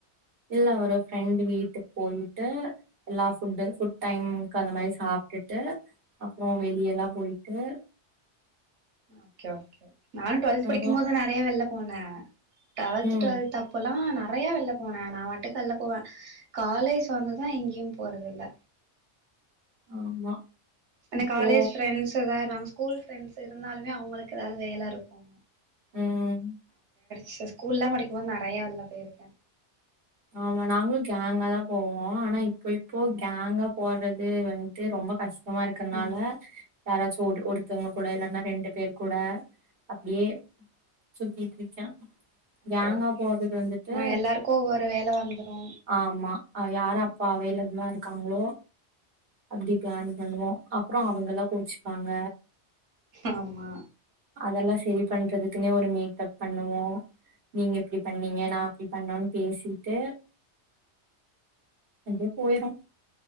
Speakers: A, on the right; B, on the right.
A: இல்ல ஒரு ஃப்ரெண்ட் வீட்டுக் போய்ட்டு எல்லா ஃபுட்டு புட் டைம்கு அந்த மாரி சாப்ட்டுட்டு அப்றோ வெளியெல்லா போய் அ
B: ஓக்கே ஓக்கே நானு டுவல்த்
A: வரோ
B: படிக்கும்போது நறைய வெளிய போல டவல்த்
A: ம்
B: டுவல்த் அப்பொல்லா நறையா வெள்ல போன நா வாட்டுக்கு வெள்ல போவ. காலேஜ் வந்துதா எங்கயு போறதில்ல.
A: ஆமா
B: ஏனா
A: இப்போ
B: காலேஜ் ஃப்ரெண்ட்ஸ்தா ஏதா ஸ்கூல் ஃப்ரெண்ட்ஸ் இருந்தாலுமே அவுங்களுக்கு ஏதாது வேல இருக்கோ
A: ம்
B: சு ஸ்கூல்லா படிக்கும்போ நறையா வெல்ல போயிருக்கே
A: ஆமா நாங்களும் கேங்காதா போவோ ஆனா இப்ப இப்போ கேங்கா போறது வந்ட்டு ரொம்ப கஷ் டமா இருக்கறனால
B: ம்
A: யாராச்சு ஒட் ஒடுத்தவங்க கூட இல்லன்னா ரெண்டு பேரு கூட அப்டியே சுத்தீட்ருக்கா
B: ஓகே
A: கேங்கா
B: ஓகே
A: போறதது வந்துட்டு
B: ஆ எல்லாருக்கு ஒவ்வொரு வேல வந்துரு
A: ஆமா யார அப்பா அவேல நல்லா இருக்காங்களோ அப்படி பிளான் பண்ணுவோம் அப்பறம் அவுங்க எல்லாம் கோச்சுப்பாங்க
B: ஆமா
A: அதெல்லாம் சரி பண்றதுக்குன்னே ஒரு மீட்டப் பண்ணுவோம் நீங்க எப்படி பண்ணீங்க நான் அப்படி பண்ணோன்னனு பேசிட்டு அப்டியே போயிரும்